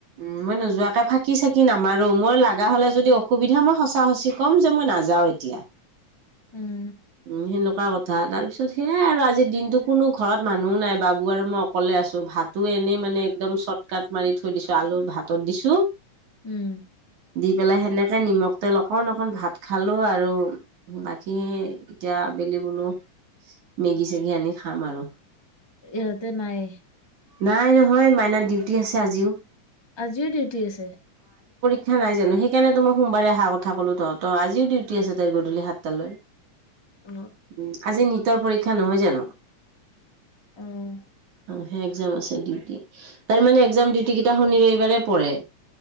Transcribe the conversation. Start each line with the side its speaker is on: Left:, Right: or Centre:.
Right: উ মই নোযোৱাকে ফাঁকি চাকি নামাৰো মই লগা হ'লে যদি অসুবিধা মই সঁচা সঁচি ক'ম যে মই নাযাও এতিয়া।
Left: উম
Right: উম, সেনেকুৱা কথা তাৰপিছত সেয়াই আৰু আজিৰ দিনটো কোনো ঘৰত মানুহো নাই বাবু আৰু মই অকলে আছো ভাত তো এনে মানে একদম চ তাত মাৰি থৈ দিছো আলুৰ ভাতত দিছো
Left: উম
Right: দি পেলাই সেনে এ নিমখ তেল অকন অকণ ভাত খালো আৰু বাকী এতিয়া আবেলি বোলো মেগি চেগি আনি খাম আৰু।
Left: ইহঁতে নাই
Right: নাই নহয় মাইনা দিউ উটি আছে আজিও
Left: আজিও ডিউটি আছে
Right: দো নাই জানো সেইকাৰণেত মই সোমবাৰে অহা কথা কলো তহঁত আজও ডউি আছে তাই গধূলি সাতটাালৈ
Left: অ
Right: উ আজি নি তাৰ পৰীক্ষা নহয় জানো
Left: আহ
Right: অ সে একজাম আছে ডিউটি তাৰমানে এক্জাম ডিউটি কেইটা শুনিবাৰে পৰে